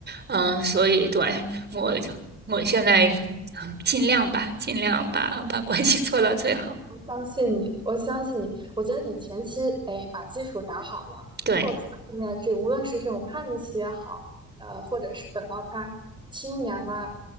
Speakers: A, on the right; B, on the right.
A: 嗯，所以对我，我现在嗯尽量吧，尽量把把关系做到最好。
B: 相信你，我相信你。我觉得你前期哎把基础打好了，
A: 对，
B: 后后面这无论是这种叛逆期也好，呃，或者是等到他青年了，